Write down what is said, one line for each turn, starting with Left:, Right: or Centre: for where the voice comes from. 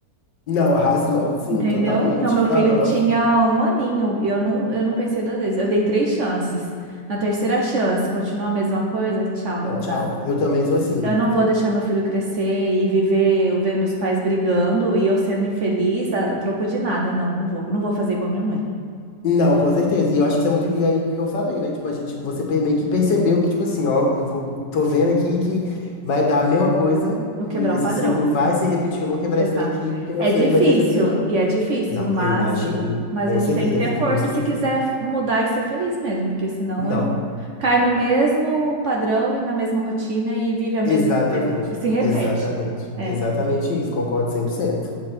Left: Não, arrasou, sim,
Right: Entendeu?
Left: totalmente.
Right: Então, meu
Left: Aham.
Right: filho tinha um aninho e eu não, eu não pensei duas vezes. Eu dei três chances. Na terceira chance, continua a mesma coisa? Tchau,
Left: Não,
Right: não
Left: tchau.
Right: dá.
Left: Eu também sou assim.
Right: Eu não vou deixar meu filho crescer e viver eu vendo os pais brigando e eu sendo infeliz a, a troco de nada. Não, não vou. Não vou fazer igual a minha mãe.
Left: Não, com certeza. E eu acho que isso é muito. E aí que eu falei, né? Tipo, a gente, você pe- meio que percebeu que, tipo assim, ó, eu vou, tô vendo aqui que vai dar a mesma coisa,
Right: Vou quebrar
Left: e esse
Right: o padrão.
Left: ciclo vai se repetir. Eu vou quebrar
Right: Exato.
Left: esse trem aqui, porque meu
Right: É
Left: filho
Right: difícil,
Left: não vai ter essa vida, não.
Right: e é difícil,
Left: Não,
Right: mas,
Left: eu imagino.
Right: mas
Left: Com
Right: a gente
Left: certeza,
Right: tem que
Left: deve
Right: ter
Left: ser
Right: força
Left: muito
Right: se
Left: difícil.
Right: quiser mudar e ser feliz mesmo, porque senão
Left: Não,
Right: a gente cai no mesmo padrão e na mesma rotina e vive a mesma
Left: exatamente.
Right: coisa, e se repete.
Left: Exatamente.
Right: É,
Left: Exatamente isso. Concordo cem cem por por